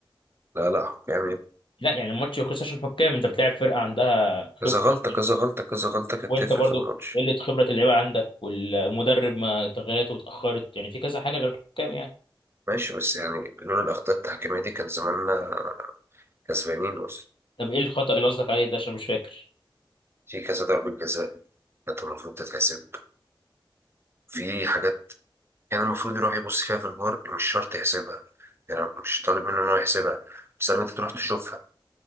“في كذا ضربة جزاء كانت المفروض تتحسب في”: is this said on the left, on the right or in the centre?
Right